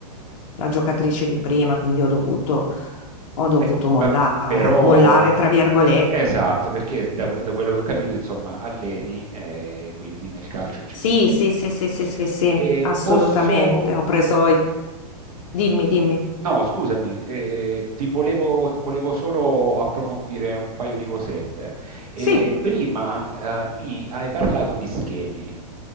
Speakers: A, on the left; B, on the right.
A: la giocatrice di prima, quindi ho dovuto, ho dovuto
B: Pe-
A: mollare,
B: vabbè, però
A: ecco, mollare tra virgolette.
B: eh, esatto, perché da, que- da quello che ho capito, insomma, alleni, eh, quindi nel calcio ci
A: Sì,
B: sei dentro.
A: sì, sì, sì, sì, sì, sì,
B: E
A: assolutamente.
B: posso...
A: Ho preso i... Dimmi, dimmi.
B: No, scusami, eh, ti volevo, volevo solo approfondire un paio di cosette. Eh,
A: Sì,
B: prima, eh, mi hai parlato di schemi.